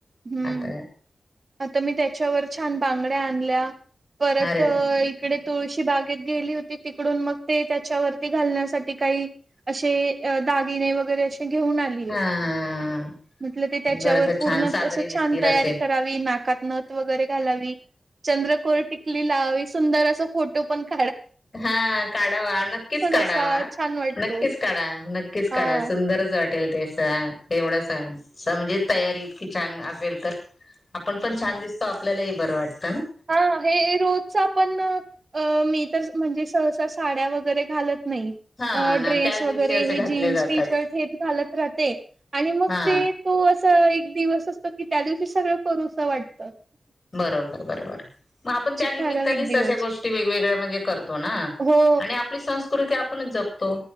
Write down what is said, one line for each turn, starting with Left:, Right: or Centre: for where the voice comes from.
Right: हम्म.
Left: आता
Right: आता मी त्याच्यावर छान बांगड्या आणल्या परत
Left: अरे वा
Right: इकडे तुळशी बागेत गेली होती तिकडून मग ते त्याच्यावरती घालण्यासाठी काही असे अ दागिने वगैरे अश ते घेऊन आलीये
Left: हा हा
Right: म्हटलं ते त्याच्यावर
Left: गरज
Right: पूर्णच
Left: छान साजरे
Right: अस
Left: दिसतील
Right: छान तयारी
Left: असे
Right: कर वी नाकात नत वगैरे घालावी चंद्रकोर टिकली लावावी सुंदर अस फोटो पण का
Left: हा काढावा नक्कीच काढावा
Right: असा छान वाटतो.
Left: नक्कीच काढा नक्कीच
Right: हां,
Left: काढा सुंदरच वाटेल ते स तेवढसं स म्हणजे तयारी इतकी छान असेल तर आपण पण छान दिसतो आपल्यालाही बरं वाट
Right: हा हे रोजचा पण अ मी तर म्हणजे सहसा साड्या वगैरे घालत नाई.
Left: हा
Right: अ
Left: ना
Right: ड्रेस
Left: त्याच
Right: वगैरे
Left: दिवशी असे
Right: हे
Left: घातले
Right: जीन्स
Left: जातात
Right: टी शर्ट हेच घालत राहते आणि मग
Left: हा
Right: ते तो अस स एक दिवस असतो की त्या दिवशी सगळं करू वाटत.
Left: बरोबर बरोबर. मग आपण त्या निमित्तानेच
Right: ठराविक दिवस.
Left: अशा गोष्टी वेगवेगळ्या म्हणजे करतो ना
Right: हो.
Left: आणि आपली संस कृती आपण जपतो